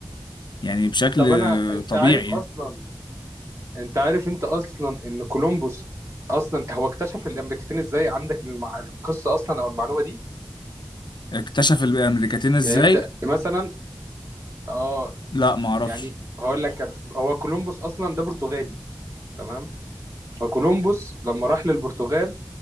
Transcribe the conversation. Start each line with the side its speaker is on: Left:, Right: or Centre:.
Left: يعني بشكل
Right: طب أنا أنت
Left: طبيعي
Right: عارف أصلا انت عارف انت اصلا ان كولومبوس اصلا هو اكتشف الامريكتين ازاي عندك المع... القصه اصلا او المعلومه دي
Left: اكتشف الامريكتين
Right: يعني
Left: ازاي
Right: انت مثلا اه
Left: لا ما اعرفش
Right: يعني هقول لك انا هو كولومبوس اصلا ده برتغالي تمام فكولومبوس لما راح للبرتغال